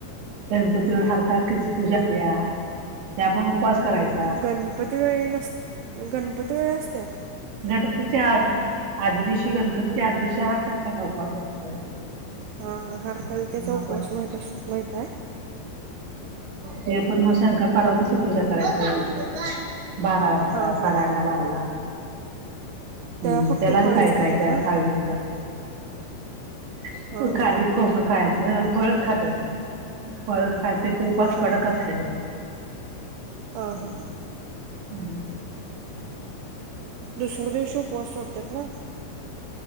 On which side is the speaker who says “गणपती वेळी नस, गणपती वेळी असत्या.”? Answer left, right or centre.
Right